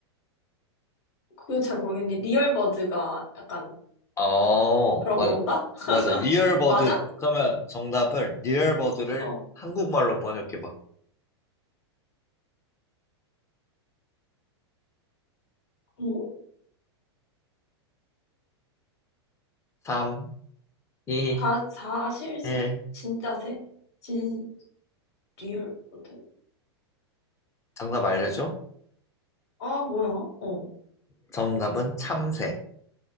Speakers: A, on the left (about 70°); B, on the left (about 20°).
A: 그거 잘 모르겠는데. 리얼버드가 약간
B: 어,
A: 그런
B: 맞아.
A: 건가? <laughs>
B: 맞아. 리얼버드.
A: 맞아?
B: 그러면 정답을 리얼버드를
A: 어.
B: 한국말로 번역해 봐.
A: 응?
B: 3, 2,
A: 사, 사실새?
B: 1.
A: 진짜 새? 진, 리얼버드?
B: 정답 알려줘?
A: 아, 뭐야? 어.
B: 정답은 참새.